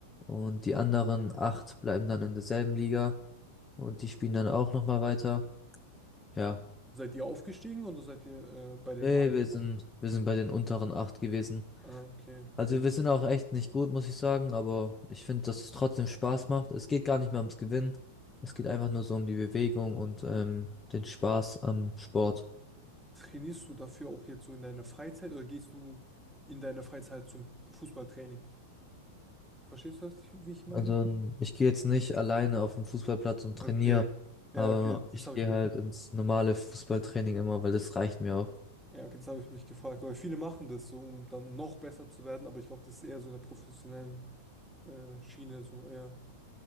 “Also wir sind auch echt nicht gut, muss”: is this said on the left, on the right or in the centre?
Left